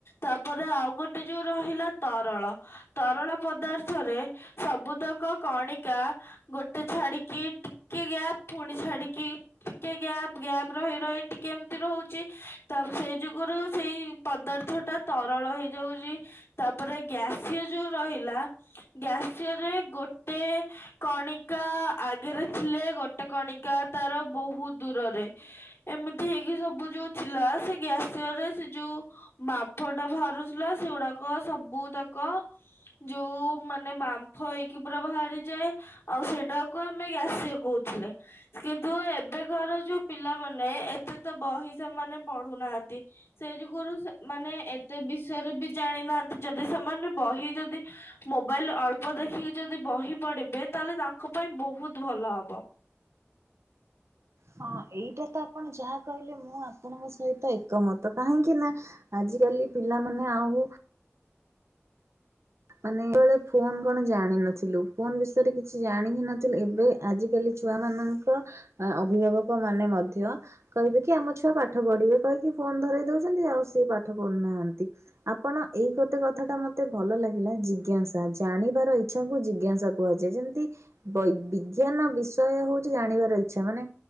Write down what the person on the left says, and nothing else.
ତାପରେ ଆଉ ଗୋଟେ ଯୋଉ ରହିଲା ତରଳ ତରଳ ପଦାର୍ଥରେ ସବୁତକ କଣିକା ଗୋଟେ ଛାଡିକି ଟିକେ ଗ୍ୟାପ୍ ପୁଣି ଛାଡିକି ଟିକେ ଗ୍ୟାପ୍ ଗ୍ୟାପ ରହି ରହି ଟିକେ ଏମତି ରହୁଛି ତା ସେଇ ଯୋଗୁରୁ ସେଇ ପଦାର୍ଥ ଟା ତରଳ ହେଇଯାଉଛି ତାପରେ ଗ୍ୟାସିୟ ଯୋଉ ରହି ହେଲା ଗ୍ୟାସିୟରେ ଗୋଟେ କଣିକା ଆଗେରେ ଥିଲେ ଗୋଟେ କଣିକା ତାର ବହୁତ୍ ଦୂରରେ ଏମିତି ହେଇକି ସବୁ ଯୋଉ ଥିଲା ସେ ଗ୍ୟାସିୟର ରେ ସେ ଯୋଉ ବାମ୍ଫ ଟା ବାହାରୁଥିଲା ସେଗୁଡାକ ସବୁ ତକ ଯୋଉ ମାନେ ବାମ୍ଫ ହେଇକି ପୁରା ବାହାରିଯାଏ ଆଉ ସେଇଟାକୁ ଆମେ ଗ୍ୟାସିୟ କହୁଥିଲେ କିନ୍ତୁ ଏବେ କାର ଯୋଉ ପିଲାମାନେ ଏତେ ତ ବହି ସେମାନେ ପଢୁନାହାନ୍ତି ସେ ଯୋଗୁରୁ ସେ ମାନେ ଏତେ ବିଷୟରେ ବି ଜାଣି ନାହାନ୍ତି ଯଦି ସେମାନେ ବହି ଯଦି ମୋବାଇଲ ଅଳ୍ପ ଦେଖିକି ଯଦି ବହି ପଢିବେ ତାହେଲେ ତାଙ୍କ ପାଇଁ ବହୁତ୍ ଭଲ ହବ।